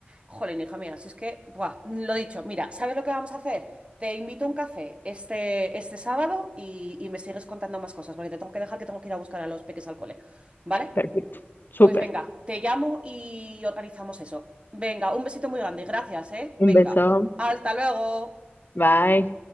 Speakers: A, on the right; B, on the left.
A: Jolín, hija mía, si es que, buah, lo dicho, mira, ¿sabes lo que vamos a hacer? Te invito a un café este, este sábado y, y me sigues contando más cosas, porque te tengo que dejar que tengo que ir a buscar a los peques al cole, ¿vale?
B: Perfecto, súper.
A: Pues venga, te llamo y organizamos eso. Venga, un besito muy grande. Gracias, ¿eh? Venga,
B: Un beso.
A: hasta luego.
B: Bye.